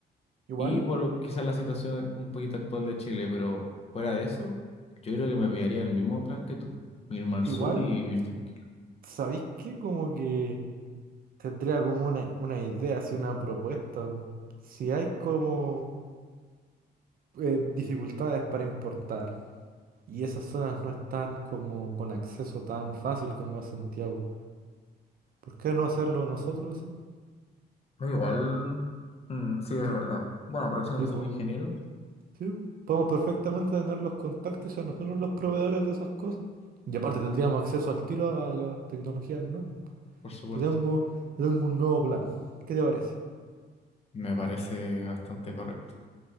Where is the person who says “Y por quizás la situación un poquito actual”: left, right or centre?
Left